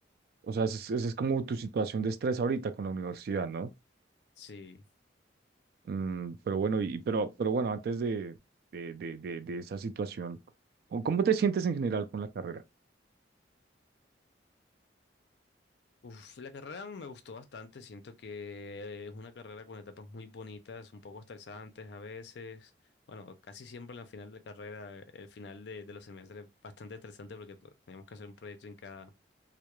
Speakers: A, on the right; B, on the left.
A: o sea, esa es, esa es como tu situación de estrés ahorita con la universidad, ¿no?
B: Sí.
A: Mm, pero bueno, y, pero, pero bueno, antes de, de, de, de, de esa situación, ¿cómo cómo te sientes en general con la carrera?
B: Uf, la carrera me gustó bastante. Siento que eh, es una carrera con etapas muy bonitas, un poco estresantes a veces. Bueno, casi siempre la final de carrera, el final de, de los semestres, bastante estresante porque to- tenemos que hacer un proyecto en cada,